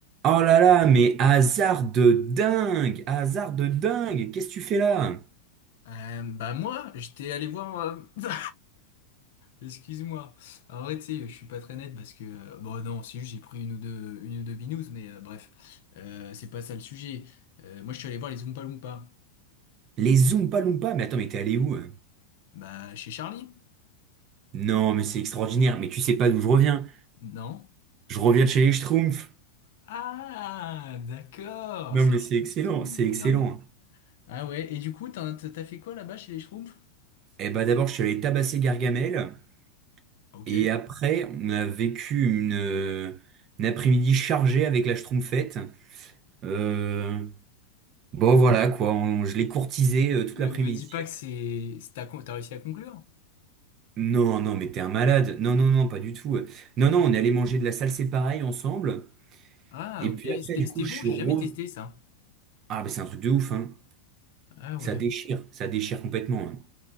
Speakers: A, on the right; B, on the left.
A: Oh là là, mais hasard de dingue! Hasard de dingue! Qu'est-ce que tu fais là?
B: Euh, bah moi, j'étais allé voir. euh, <laughs> Excuse-moi. En vrai, tu sais, je suis pas très net parce que euh, bon non, si j'ai pris une ou deux, une ou deux binous, mais euh, bref, euh, c'est pas ça le sujet. Euh, moi, je suis allé voir les Oompa Loompa.
A: Les Zoompa Loompa? Mais attends, mais t'es allé où? hein
B: Bah chez Charlie?
A: Non, mais c'est extraordinaire, mais tu sais pas d'où je reviens.
B: Non.
A: Je reviens de chez les Schtroumpfs.
B: Ah, d'accord,
A: Non,
B: ça
A: mais
B: explique
A: c'est excellent,
B: tout.
A: c'est
B: Ouais,
A: excellent.
B: Non mais. Ah ouais. Et du coup, t'as t'as fait quoi là-bas chez les Schtroumpfs?
A: Eh ben d'abord, je suis allé tabasser Gargamel,
B: Ok.
A: et après, on a vécu une, euh, une après-midi chargée avec la Schtroumpfette. Euh, bon voilà quoi, on- je l'ai courtisé euh, toute
B: Me,
A: l'après-midi.
B: me dis pas que c'est, c'est- t'as, con- t'as réussi à conclure?
A: Non, non, mais t'es un malade. Non, non, non, pas du tout. Non, non, on est allé manger de la salsa pareil ensemble.
B: Ah
A: Et
B: ok.
A: puis après,
B: C'était
A: du
B: c'était
A: coup, je
B: bon.
A: suis
B: J'ai
A: re...
B: jamais testé ça.
A: Ah, mais c'est un truc de ouf, hein.
B: Ah
A: Ça
B: ouais.
A: déchire, ça déchire complètement. hein.